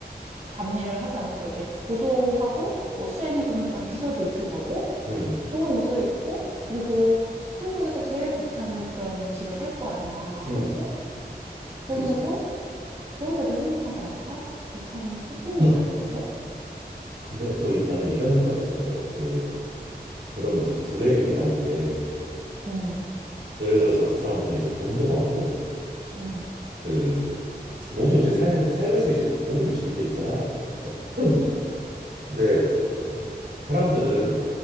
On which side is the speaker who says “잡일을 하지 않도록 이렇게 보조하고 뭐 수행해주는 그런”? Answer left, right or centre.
Right